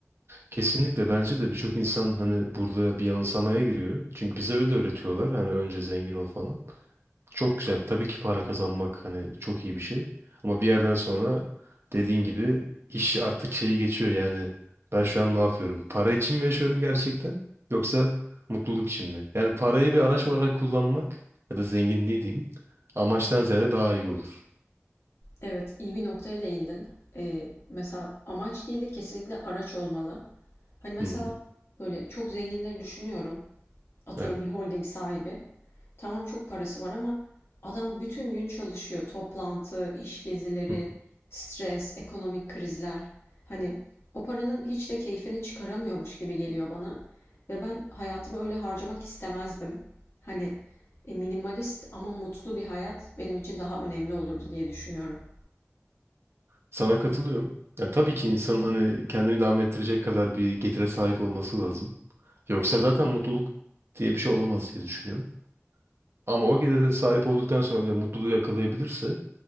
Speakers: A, on the right (about 60°); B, on the left (about 60°).
A: Kesinlikle bence de birçok insan hani burada bir yanılsamaya giriyor. Çünkü bize öyle öğretiyorlar. Hani önce zengin ol falan. Çok güzel. Tabii ki para kazanmak hani çok iyi bir şey. Ama bir yerden sonra dediğin gibi iş artık şeyi geçiyor yani. Ben şu an ne yapıyorum? Para için mi yaşıyorum gerçekten? Yoksa mutluluk için mi? Yani parayı bir araç olarak kullanmak ya da zenginliği diyeyim amaçtan ziyade daha iyi olur.
B: Evet, iyi bir noktaya değindin. Eee, mesela amaç değil de kesinlikle araç olmalı. Hani mesela
A: Hı hı.
B: böyle çok zenginleri düşünüyorum. Atıyorum
A: Evet.
B: bir holding sahibi. Tamam çok parası var ama adam bütün gün çalışıyor. Toplantı, iş gezileri,
A: Hı hı.
B: stres, ekonomik krizler. Hani o paranın hiç de keyfini çıkaramıyormuş gibi geliyor bana. Ve ben hayatımı öyle harcamak istemezdim. Hani e, minimalist ama mutlu bir hayat benim için daha önemli olurdu diye düşünüyorum.
A: Sana katılıyorum. Ya tabii ki insanın hani kendini devam ettirecek kadar bir getire sahip olması lazım. Yoksa zaten mutluluk diye bir şey olamaz diye düşünüyorum. Ama o gelire sahip olduktan sonra bile mutluluğu yakalayabilirse